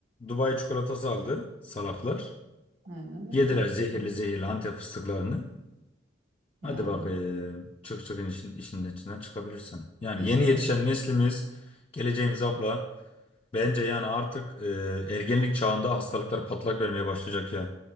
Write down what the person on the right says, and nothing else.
Aynen öyle.
Yani
işte